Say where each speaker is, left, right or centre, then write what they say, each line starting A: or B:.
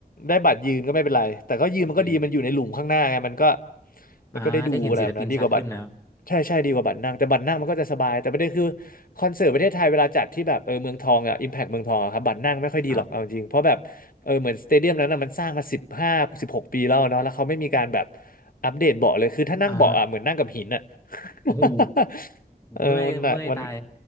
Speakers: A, on the left; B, on the left.
A: ได้บัตรยืนก็ไม่เป็นไรแต่ก็ยืนมันก็ดีมันอยู่ในหลุมข้างหน้าไงมันก็
B: โอเคอ่าได้เห็นศิลปินชัดขึ้นนะครับ
A: มันก็ได้ดูอะไรแบบนั้นดีกว่าบัตรใช่ใช่ดีกว่าบัตรนั่งแต่บัตรนั่งมันก็จะสบายแต่ประเด็นคือคอนเสิร์ตประเทศไทยเวลาจัดที่แบบเออเมืองทองอ่ะอิมแพคเมืองทองอะครับบัตรนั่งไม่ค่อยดีหรอกเอาจริงเพราะแบบเออเหมือนสเตเดียมนั้นอะมันสร้างมาสิบห้าสิบหกปีแล้วเนาะแล้วเขาไม่มีการแบบ
B: ครับ
A: อัปเดตเบาะเลยคือถ้านั่งเบาะอ่ะเหมือนนั่งกับหินอะ
B: อ่า
A: <laughs>
B: โอ้โห
A: เออมันหนักมัน
B: เมื่อยเมื่อยตาย